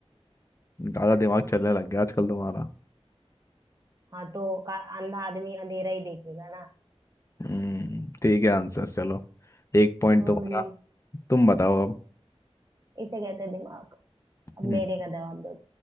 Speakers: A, on the left; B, on the right.
A: ज्यादा दिमाग चलने लग गया आजकल तुम्हारा
B: हाँ तो का, अंधा आदमी अंधेरा ही देखेगा ना
A: हम्म ठीक है आंसर चलो एक पॉइंट
B: अरे
A: तुम्हारा तुम बताओ अब
B: इसे कहते हैं दिमाग अब
A: हम्म,
B: मेरे का जवाब दो